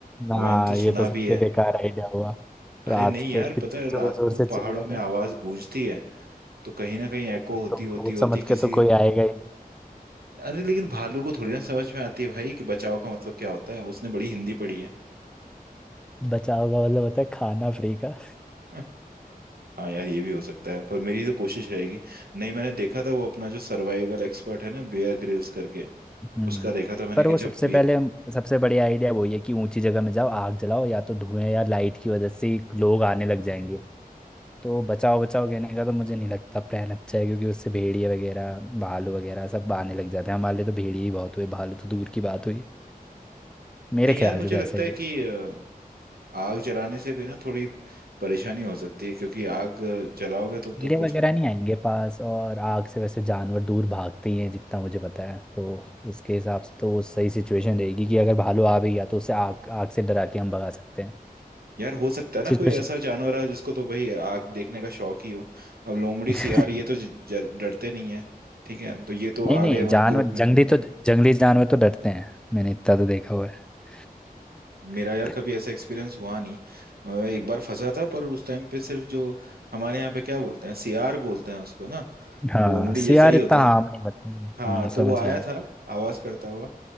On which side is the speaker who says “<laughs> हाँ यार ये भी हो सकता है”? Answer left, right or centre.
Right